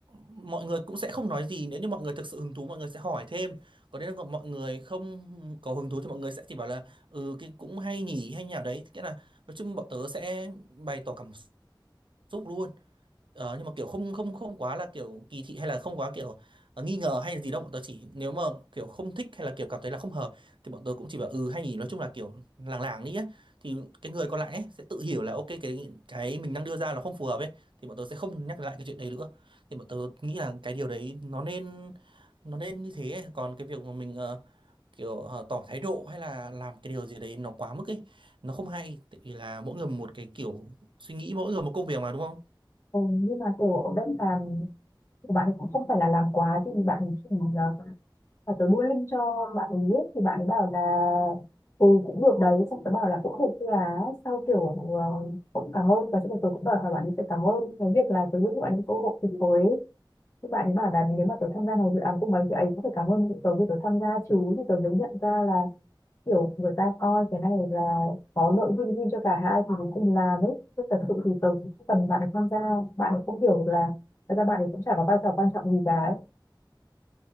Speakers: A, on the right (about 80°); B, on the left (about 35°).
A: mọi người cũng sẽ không nói gì nếu như mọi người thực sự hứng thú mọi người sẽ hỏi thêm còn nếu là mọi người không có hứng thú thì mọi người sẽ chỉ bảo là ừ cái cũng hay nhỉ hay nhỉ đấy nghĩa là nói chung bọn tớ sẽ bày tỏ cảm xúc luôn Ờ, nhưng mà kiểu không không không quá là kiểu kỳ thị hay là không quá kiểu ờ, nghi ngờ hay gì đâu bọn tớ chỉ nếu mà kiểu không thích hay là kiểu cảm thấy là không hợp thì bọn tớ cũng chỉ bảo ừ hay nhỉ nói chung là kiểu làng làng đi á thì cái người còn lại ấy sẽ tự hiểu là ok cái cái mình đang đưa ra là không phù hợp ấy thì bọn tớ sẽ không nhắc lại cái chuyện đấy nữa thì bọn tớ nghĩ là cái điều đấy nó nên nó nên như thế ấy. Còn cái việc mà mình ờ, kiểu ờ, tỏ thái độ hay là làm cái điều gì đấy nó quá mức ấy nó không hay tại vì là mỗi người một cái kiểu suy nghĩ mỗi người một công việc mà đúng không
B: ừ, nhưng mà kiểu ở bên sàn của bạn ấy cũng không phải là làm quá thì bạn ấy chỉ là là tớ đưa link cho bạn ấy ấy, thì bạn ấy bảo là ừ cũng được đấy xong tớ bảo là cũng được thưa á sau kiểu ờ, cũng cảm ơn và chúng tôi cũng đòi hỏi bạn ấy phải cảm ơn cái việc là tớ giúp bạn ấy cơ hội tuyệt vời ấy. Thì bạn ấy bảo là nếu mà tớ tham gia này dự án cùng ấy thì ấy cũng phải cảm ơn tớ vì tớ tham gia chứ thì tớ mới nhận ra là kiểu người ta coi cái này là có lợi win-win cho cả hai thì mình cùng làm ấy chứ thật sự thì tớ cũng không cần bạn ấy tham gia bạn ấy không hiểu được là thật ra bạn ấy cũng chả có vai trò quan trọng gì cả ấy